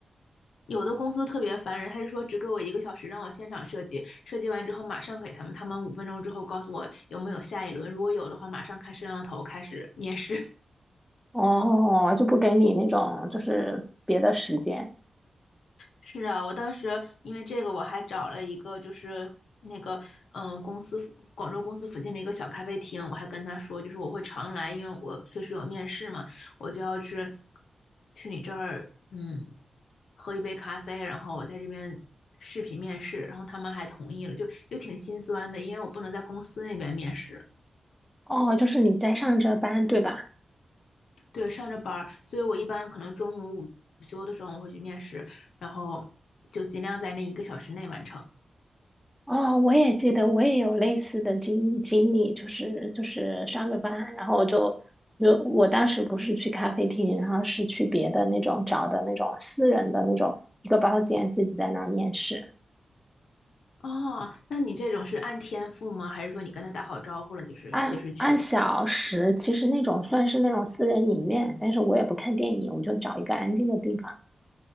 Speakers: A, on the left (about 75°); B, in the centre.
A: 有的公司特别烦人，他就说只给我一个小时让我现场设计，设计完之后马上给他们，他们五分钟之后告诉我有没有下一轮，如果有的话马上开摄像头开始面试。
B: 哦，就不给你那种就是别的时间。
A: 是啊，我当时因为这个，我还找了一个就是那个嗯公司附广州公司附近的一个小咖啡厅，我还跟他说，就是我会常来，因为我随时有面试嘛，我就要去去你这儿嗯喝一杯咖啡，然后我在这边视频面试，然后他们还同意了，就就挺心酸的，因为我不能在公司那边面试，
B: 哦，就是你在上着班，对吧？
A: 对，上着班儿，所以我一般可能中午午休的时候我会去面试，然后就尽量在那一个小时内完成。
B: 哦，我也记得，我也有类似的经经历，就是就是上着班，然后就就我当时不是去咖啡厅，然后是去别的那种找的那种私人的那种一个包间，自己在那儿面试，
A: 哦，那你这种是按天付吗？还是说你跟他打好招呼了，就是随时去？
B: 按按小时，其实那种算是那种私人影院，但是我也不看电影，我就找一个安静的地方。